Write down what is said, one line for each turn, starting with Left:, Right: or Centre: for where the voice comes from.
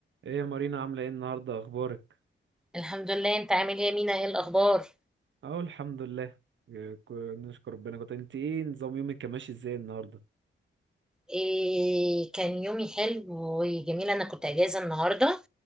Right: ايه يا مارينا عاملة ايه النهاردة اخبارك؟
Centre: الحمد لله انت عامل ايه يا مينا ايه الاخبار
Right: اه الحمد لله إيه، ك- نشكر ربنا كنت انت ايه نظام يومك كان ماشي ازاي النهاردة؟
Centre: إيه كان يومي حلو وجميل انا كنت اجازه النهارده